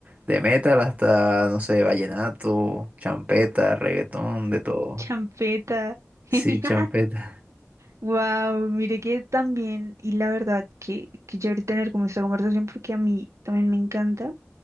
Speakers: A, on the right; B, on the right.
A: De metal hasta, no sé, vallenato, champeta, reggaetón, de todo.
B: champeta.
A: Sí,
B: <laughs> Genial.
A: champeta.
B: Wow, mire que también, y la verdad que, que chévere tener como esta conversación porque a mí también me encanta,